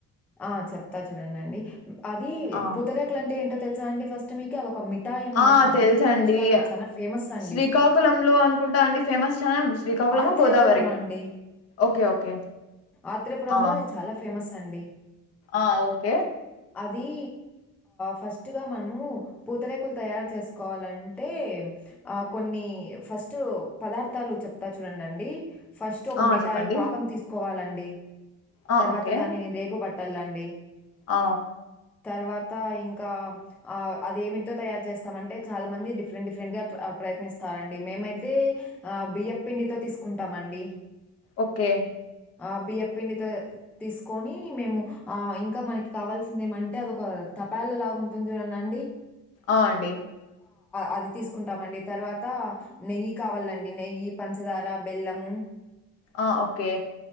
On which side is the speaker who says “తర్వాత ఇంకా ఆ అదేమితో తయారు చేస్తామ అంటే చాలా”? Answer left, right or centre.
Centre